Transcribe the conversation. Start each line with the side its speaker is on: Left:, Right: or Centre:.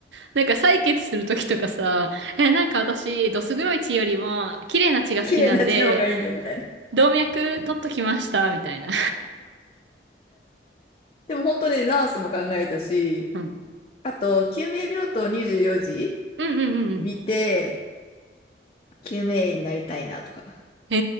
Right: なんか採血するときとかさ、え、なんか私、どす黒い血よりも、綺麗な血が好きなんで、
Left: 綺麗な血の方がいいんだよ、みたいな。
Right: 動脈取っときました、みたいな。
Left: でも本当にねナースも考えたし、
Right: うん。
Left: あと、救命病棟24時
Right: うんうんうんうん。
Left: 見て、救命医になりたいなとか。
Right: へ